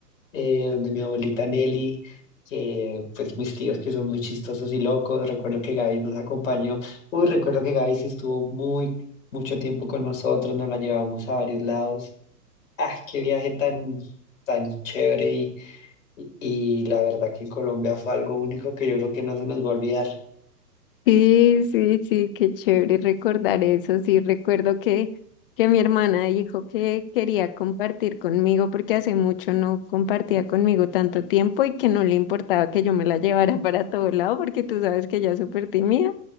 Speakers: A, on the left; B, on the left.
A: eh, donde mi abuelita Nelly, que pues mis tíos que son muy chistosos y locos. Recuerdo que Gaby nos acompañó. Uy, recuerdo que Gaby sí estuvo muy, mucho tiempo con nosotros, nos la llevamos a varios lados. Ah, qué viaje tan, tan chévere y, y la verdad que en Colombia fue algo único que yo creo que no se nos va a olvidar.
B: Sí, sí, sí, qué chévere recordar eso. Sí, recuerdo que, que mi hermana dijo que quería compartir conmigo porque hace mucho no compartía conmigo tanto tiempo y que no le importaba que yo me la llevara <laughs> para todo lado porque tú sabes que ella es súper tímida